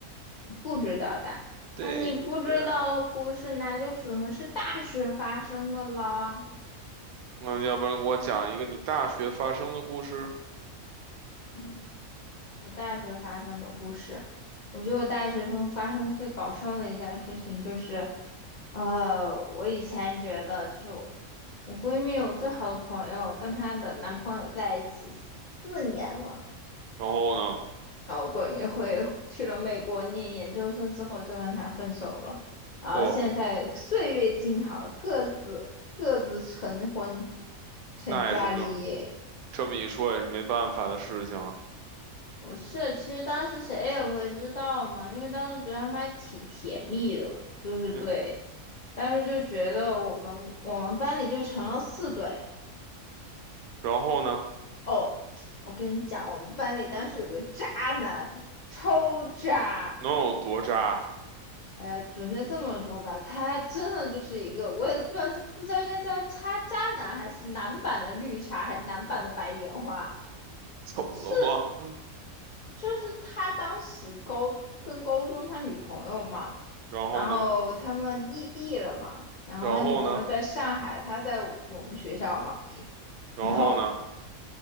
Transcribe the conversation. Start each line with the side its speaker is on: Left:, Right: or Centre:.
Left: 不知道的，那你不知道的故事，
Right: 对呀。
Left: 那就只能是大学发生的啦。
Right: 那要不然给我讲一个你大学发生的故事。
Left: 嗯，我大学发生的故事，我觉得我大学中发生最搞笑的一件事情就是，呃，我以前觉得就是我我闺蜜，我最好的朋友跟她的男朋友在一起四四年了。
Right: 然后呢，
Left: 鬼迷会去了美国念研究生之后就跟他分手了，然后现在岁月静好，
Right: 不，
Left: 各自各自成婚，成家立业。
Right: 那也是没有，这么一说也是没办法的事情啊。
Left: 不是，其实当时谁也会知道呢，因为当时觉得他们还挺甜蜜的，就是对，
Right: 嗯，
Left: 当时就觉得我们我们班里就成了四对。
Right: 然后呢，
Left: 哦，我跟你讲，我们班里当时有个渣男，超渣。
Right: 能有多渣？
Left: 呃，准确这么说吧，他真的就是一个，我也都不知道是不知道应该叫他渣渣男，还是男版的绿茶，还是男版的白莲花？
Right: 怎么了吗？
Left: 是，就是他当时高跟高中他女朋友嘛，
Right: 然后呢，
Left: 然后他们异地了嘛，然后他女朋友在上海，
Right: 然后呢，
Left: 他在我们学校嘛，然后
Right: 然后呢，